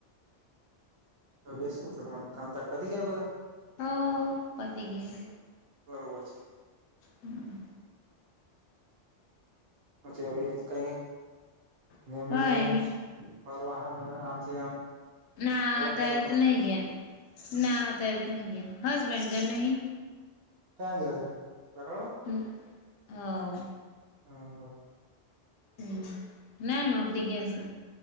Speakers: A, on the right; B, on the left.
A: હવે શું કરવાનું, કામકાજ પતી ગયા બધા?
B: હ, પતી ગયા.
A: બરોબર છે.
B: હમ્મ.
A: પછી અવે કંઈક નમીને
B: ગયા કઈ નઈ
A: ફરવા હા આમ છે આમ.
B: ના,
A: હલન
B: ત્યારે
A: ચલન
B: તો
A: માટે
B: નહીં ગયા ના ત્યારે તો નહીં ગયા હસબન્ડ ઘર નહીં.
A: ક્યાં ગયા છે? <unintelligible>
B: હમ્મ, અ
A: હ બ
B: હમ્મ, ના નોકરી ગયા શે.